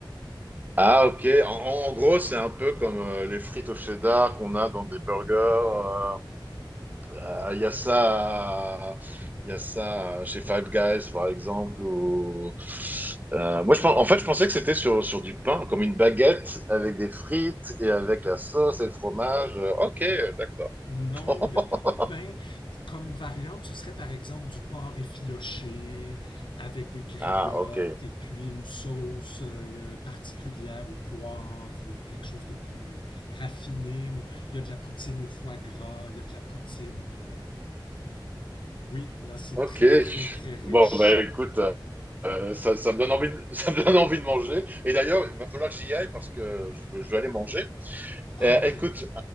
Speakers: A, on the right; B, on the left.
A: Ah OK. En, en gros, c'est un peu comme euh, les frites au cheddar qu'on a dans des burgers. euh, Euh, Il y a ça, il y a ça chez Five Guys, par exemple. Ou... Euh, moi, je, pen- en fait, je pensais que c'était sur, sur du pain, comme une baguette avec des frites et avec la sauce et le fromage. Euh, Ok, d'accord.
B: Non, il n'y
A: <laughs>
B: a pas de pain. Comme variante, ce serait par exemple du porc effiloché avec des griottes
A: Ah, ok.
B: et puis une sauce euh, particulière au poivre ou quelque chose de plus raffiné. Ou il y a de la poutine au foie gras, il y a de la poutine. euh, Oui, là c'est
A: Ok.
B: très très très riche.
A: Bon, bah écoute, euh, euh, ça, ça me donne envie de, <laughs> ça me donne envie de manger. Et d'ailleurs, il va falloir que j'y aille parce que je, vais- je vais aller manger.
B: Ah
A: Euh,
B: oui,
A: écoute,